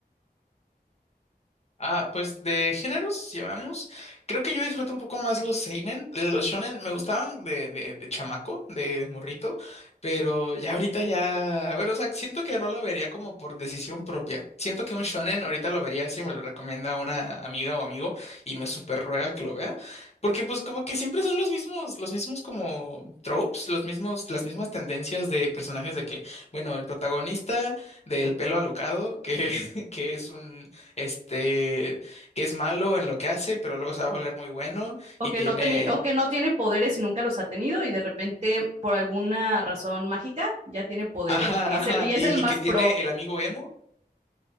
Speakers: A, on the left; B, on the right.
A: Ah, pues de géneros, si hablamos, creo que yo disfruto un poco más los seinen, eh, los shonen me gustaban de, de, de chamaco, de, de morrito, pero ya ahorita ya, bueno, o sea, siento que no lo vería como por decisión propia. Siento que un shonen ahorita lo vería si me lo recomienda una amiga o amigo y me super ruega que lo vea, porque pues como que siempre son los mismos, los mismos como tropes, los mismos, las mismas tendencias de personajes de que, bueno, el protagonista del pelo alocado, que, <laughs> que es un este, que es malo en lo que hace, pero luego se va a volver muy bueno
B: o
A: y
B: que
A: tiene,
B: no tenía, o que no tiene poderes y nunca los ha tenido, y de repente, por alguna razón mágica, ya tiene
A: <laughs>
B: poderes.
A: ajá,
B: Y es
A: ajá,
B: el, y es
A: y,
B: el más
A: y que tiene
B: pro.
A: el amigo emo